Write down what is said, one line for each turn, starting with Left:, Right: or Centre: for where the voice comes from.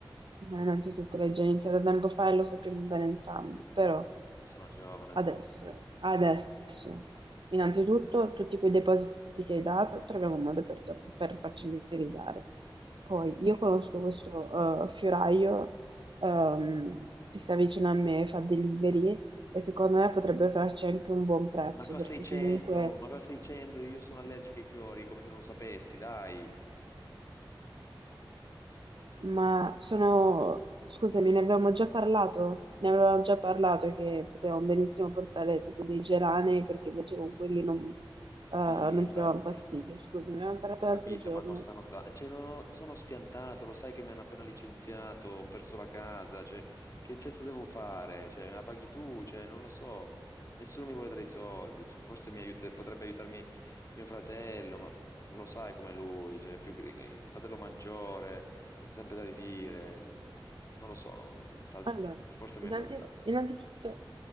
Right: Ma innanzitutto l'hai già iniziato tempo fa e lo sappiamo bene entrambi, però
Left: sono giovane.
Right: Adesso, adesso, innanzitutto tutti quei depositi che hai dato, troviamo un modo per, tor- per farceli ridare. Poi io conosco questo eh, fioraio ehm, che sta vicino a me, fa delivery e secondo me potrebbe farci anche un buon prezzo
Left: Ma cosa
Right: perché
Left: stai dicendo?
Right: comunque
Left: Ma cosa stai dicendo? Io sono allergico ai fiori, come se non lo sapessi, dai.
Right: Ma sono, scusami, ne avevamo già parlato? Ne avevamo già parlato che potevamo benissimo portare tipo dei geranei perché invece con quelli non, eh, non
Left: Sì,
Right: ci
Left: vabbè.
Right: davano fastidio. Scusami, avevamo parlato
Left: Ho capito,
Right: l'altro giorno.
Left: ma costano tanto. Cioè, non ho- sono spiantato, lo sai che mi hanno appena licenziato, ho perso la casa, cioè, che festa devo fare? Cioè, me la paghi tu? Cioè, non lo so. Nessuno mi vuole dare i soldi. Cioè, forse mi aiute- potrebbe aiutarmi mio fratello, ma mm, non lo sai come lui, cioè, più... gr- eh, il fratello maggiore, ha sempre da ridire. Non lo so, mm, sal-
Right: Allora,
Left: forse è
Right: innanzi-
Left: meglio saltare.
Right: innanzitutto,